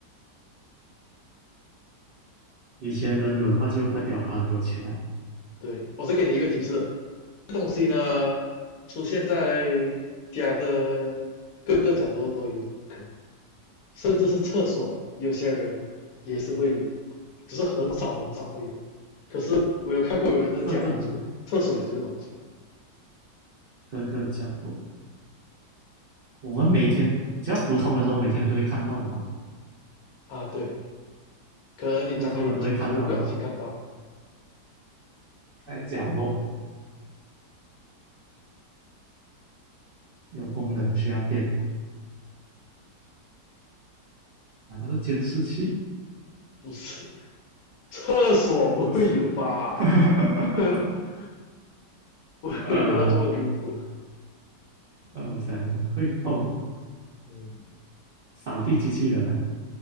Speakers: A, on the right (about 80°); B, on the left (about 65°).
A: 以前人有的话，就代表他很有钱了，
B: 对，我是给你一个提示，这东西呢出现在家的各个角落都有可能。甚至是厕所，有些人也是会有，只是很少很少会有。可是我有看过有人的家有这个厕所有这个东西
A: 各个各个角落，我们每天只要普通人都每天都会看到的嘛，
B: 啊，对，可能你张开眼睛就会不小心看到，
A: 普通人都会看到的啊，在角落有功能需要电，那都是监视器，
B: 不是 <laughs> 厕所不会有吧？
A: <laughs> 不是？<laughs>
B: <laughs> 我也没有到这么离谱，
A: 呃，让我想想，会动
B: 嗯
A: 扫地机器人啊，